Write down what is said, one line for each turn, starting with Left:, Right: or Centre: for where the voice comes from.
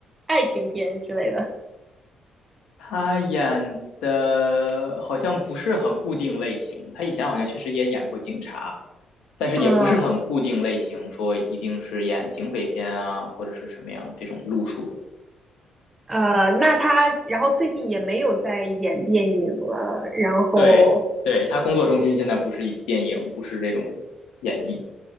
Right: 爱情片之类的
Left: 他演的好像不是很固定类型，他以前好像确实也演过警察。但是也不是很固定类型，
Right: 啊。
Left: 说一定是演警匪片啊，或者是什么样这种路数的。
Right: 呃，那他然后最近也没有在演电影了，然后
Left: 对，对，他工作重心现在不是以电影，不是这种演绎，